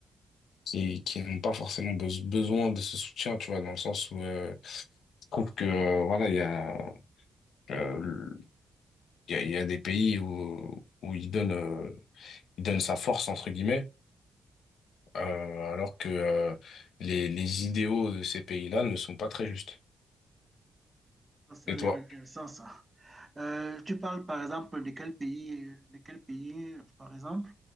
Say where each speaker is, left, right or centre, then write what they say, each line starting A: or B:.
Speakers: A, on the left; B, on the right.
A: qui, qui n'ont pas forcément bes- besoin de ce soutien, tu vois, dans le sens où euh, je trouve que euh, voilà, il y a euh, le- il y a, il y a des pays où où il donne euh, il donne sa force entre guillemets, euh, alors que euh, les les idéaux de ces pays-là ne sont pas très justes.
B: Ça, ça
A: Et
B: a l'air
A: toi?
B: intéressant, ça. Euh, tu parles, par exemple, de quel pays, de quel pays, par exemple,